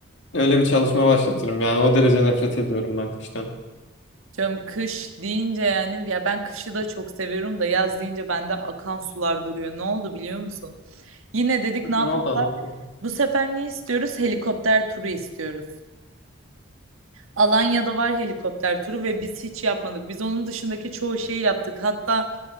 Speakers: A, on the left; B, on the right.
A: Öyle bir çalışma başlatırım yani o derece nefret ediyorum ben kıştan.
B: Canım kış deyince yani ya ben kışı da çok seviyorum da yaz deyince bende akan sular duruyor. Ne oldu biliyor musun? Yine dedik ne yapalım?
A: Ne oldu anlat bakayım.
B: Bu sefer ne istiyoruz? Helikopter turu istiyoruz. Alanya'da var helikopter turu ve biz hiç yapmadık. Biz onun dışındaki çoğu şeyi yaptık. Hatta